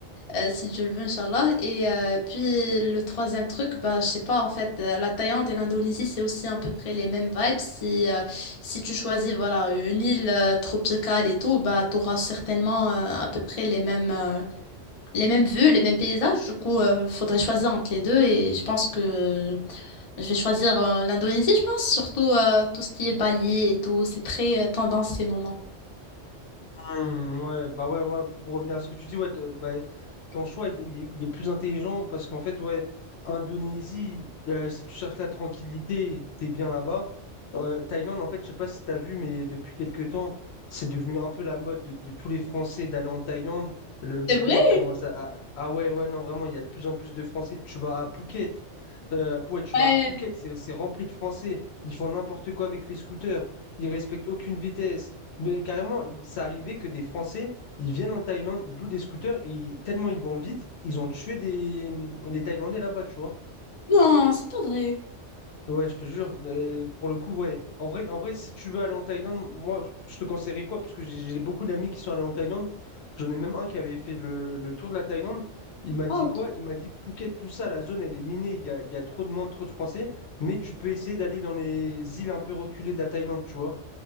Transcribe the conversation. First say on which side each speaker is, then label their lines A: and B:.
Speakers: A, on the left; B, on the left.
A: euh, si Dieu le veut, Inch'Allah. Et euh, puis le troisième truc, bah, je sais pas, en fait, euh, la Thaïlande et l'Indonésie, c'est aussi à peu près les mêmes vibes. Si, euh, si tu choisis voilà une île euh, tropicale et tout, bah tu auras certainement euh, à peu près les mêmes euh, les mêmes vues, les mêmes paysages. Du coup, euh, faudrait choisir entre les deux et je pense que je vais choisir euh, l'Indonésie, je pense, surtout euh, tout ce qui est Bali et tout, c'est très euh, tendance ces moments.
B: Hmm, ouais, bah ouais, moi, pour revenir à ce que tu dis, ouais, te- bah, ton choix, il, il est il est plus intelligent parce qu'en fait, ouais, Indonésie, euh, si tu cherches la tranquillité, t'es bien là-bas. Euh, Thaïlande, en fait, je sais pas si t'as vu, mais depuis quelques temps, c'est devenu un peu la mode de, de tous les Français d'aller en Thaïlande. Le, le
A: C'est
B: pays
A: vrai?
B: commence à, à- Ah ouais, ouais, non, vraiment, il y a de plus en plus de Français. Tu vas à Phuket, euh, ouais, tu
A: Ouais.
B: vas à Phuket, c'est c'est rempli de Français. Ils font n'importe quoi avec les scooters. Ils respectent aucune vitesse. Mais carrément, il- ça arrivait que des Français, ils viennent en Thaïlande, ils louent des scooters et ils- tellement ils vont vite, ils ont tué des, mmh, des Thaïlandais là-bas, tu vois.
A: Non, c'est pas vrai.
B: Ouais, je te jure, euh, pour le coup, ouais. En vrai, en vrai, si tu veux aller en Thaïlande, moi, je te conseillerais quoi? Parce que j'ai j'ai beaucoup d'amis qui sont allés en Thaïlande. J'en ai même un qui avait fait le, le tour de la Thaïlande. Il m'a dit
A: Oh,
B: quoi?
A: trop-
B: Il m'a dit que Phuket, tout ça, la zone, elle est minée. Il y a, il y a trop de monde, trop de Français. Mais tu peux essayer d'aller dans les îles un peu reculées de la Thaïlande, tu vois.